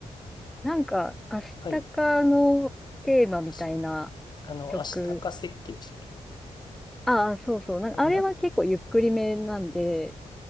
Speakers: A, in the centre; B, on the left.
A: なんか、アシタカのテーマみたいな
B: はい。あしあの、
A: 曲、
B: アシタカ石器でしたっけ
A: ああ、そうそう。なんか、
B: あなん、
A: あれは結構ゆっくりめなんで、